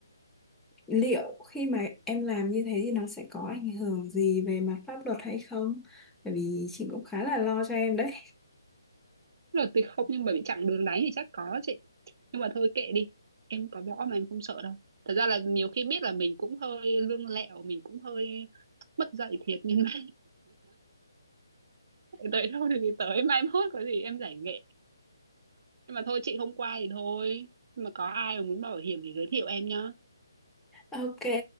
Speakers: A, in the centre; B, on the right (about 50°).
A: liệu khi mà em làm như thế thì nó sẽ có ảnh hưởng gì về mặt pháp luật hay không? Bởi vì chị cũng khá là lo cho em đấy.
B: là tuyệt không nhưng mà bị chặn đường đánh thì chắc có chị nhưng mà thôi kệ đi em có võ mà em không sợ đâu thật ra là nhiều khi biết là mình cũng hơi lương lẹo mình cũng hơi mất dạy thiệt nhưng mà <laughs> tới đâu thì tới mai mốt có gì em giải nghệ nhưng mà thôi chị không qua thì thôi nhưng mà có ai mà muốn bảo hiểm thì giới thiệu em nhá
A: Ok,